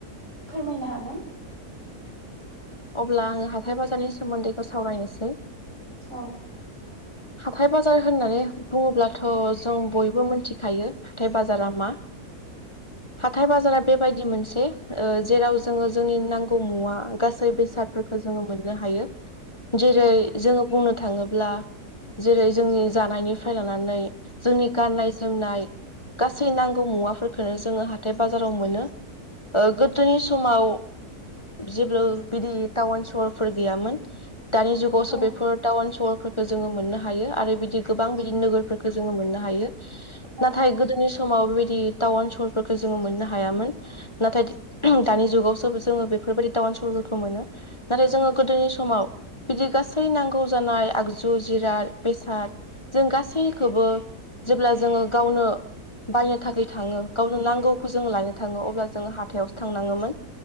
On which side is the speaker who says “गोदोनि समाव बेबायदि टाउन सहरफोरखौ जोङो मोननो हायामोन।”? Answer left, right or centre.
Left